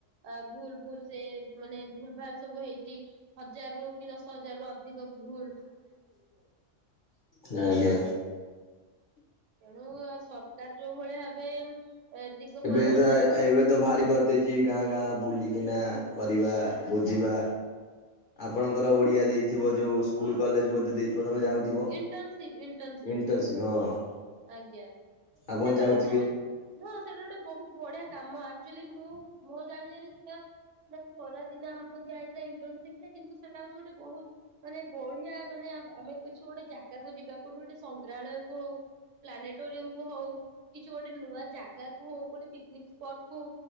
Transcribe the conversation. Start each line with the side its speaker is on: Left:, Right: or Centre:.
Right: ଅ ଭୁଲ ଭୁଲ ସେ ମାନେ ଭୁଲ ଭାଲ ସବୁ ହେଇଛି ହଜାର ରୁ ଦଶ ହଜାର ରୁ ଅଧିକ ଭୁଲ
Left: ଆଞା।
Right: ତେଣୁ ସରକାର ଯୋଉ ଭଳିଆ ଭାବେ ଦିଗ
Left: ଏବେ
Right: ପରିବର୍ତ୍ତନ
Left: ତ
Right: କରୁଛି
Left: ଏବେ ତ ଭାରି କରିଦେଇଛି ଗାଁ ଗାଁ ବୁଲିକିନା। କରିବା ବୁଝିବା ଆପଣଙ୍କର ଓଡିଆ ଦେଇଥିବ, ଯୋଉ ସ୍କୁଲ କଲେଜ ବୋଧେ ଦେଇ ତ ତମେ ଯାଉଥିବ,
Right: ଇଣ୍ଟର୍ନସିପ ଇଣ୍ଟର୍ନସିପ
Left: ଇଣ୍ଟେନସିପ ହଁ।
Right: ଆଜ୍ଞା ସେଟା
Left: ଆପଣ ଯାଉଥିବେ
Right: ଗୋଟେ ବହୁତ ହଁ ସେଟା ଗୋଟେ ବହୁତ ବଢିଆ କାମ ଅକ୍ଚୂଆଲି ମୁଁ ମୋ ଜାଣିଆରେ ସେଟା ସିନା ଖରା ଦିନ ଆମକୁ ଦିଆ ହେଇଥାଏ ଇଣ୍ଟନସିପ ଟା, କିନ୍ତୁ ସେଟା ହଉଛି ଗୋଟେ ବହୁତ ମାନେ ବଢିଆ ମାନେ ଆମେ କିଛି ଗୋଟେ ଜାଗାକୁ ଯିବା, କୋଉଠି ଗୋଟେ ସଂଗ୍ରହାଳୟକୁ ପ୍ଲାନେଟୋରିୟମକୁ ହଉ, କିଛି ଗୋଟେ ନୂଆ ଜାଗାକୁ ହଉ, ଗୋଟେ ପିକନିକ ପଟକୁ